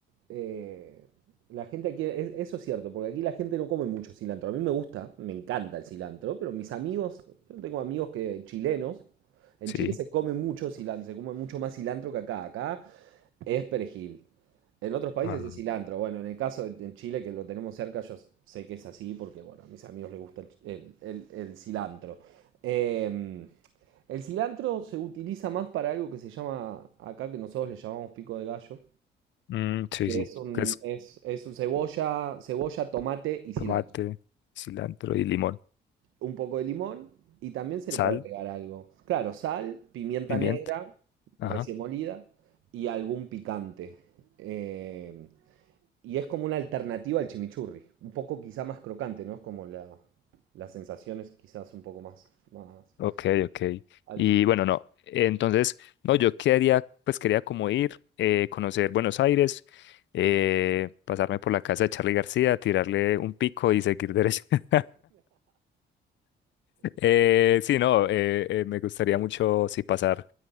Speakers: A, on the right (about 85°); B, on the left (about 65°).
A: eh, la gente aquí, es- eso es cierto, porque aquí la gente no come mucho cilantro. A mí me gusta, me encanta el cilantro, pero mis amigos, yo tengo amigos que chilenos, en
B: Sí.
A: Chile se come mucho cilantro, se come mucho más cilantro que acá. Acá es perejil. En otros países
B: Ah.
A: es cilantro. Bueno, en el caso de en Chile, que lo tenemos cerca, yo sé que es así porque, bueno, a mis amigos les gusta el, ch- el- el- el cilantro. Em, el cilantro se utiliza más para algo que se llama, acá que nosotros le llamamos pico de gallo,
B: Mm, sí,
A: que
B: sí.
A: es un,
B: Que es
A: es, es un cebolla, cebolla, tomate y cilantro.
B: tomate, cilantro y limón.
A: Un poco de limón y también se
B: Sal,
A: le puede agregar algo. Claro, sal, pimienta
B: pimienta.
A: negra,
B: Ajá.
A: recién molida y algún picante. Eh, y es como una alternativa al chimichurri, un poco quizá más crocante, ¿no? Es como la, las sensaciones quizás un poco más, más
B: Ok, ok.
A: al
B: Y
A: fin.
B: bueno, no. Entonces, no, yo quería, pues quería como ir, eh, conocer Buenos Aires, eh, pasarme por la casa de Charly García, tirarle un pico y seguir derecho. <laughs> Eh, sí, no, eh, eh, me gustaría mucho, sí, pasar.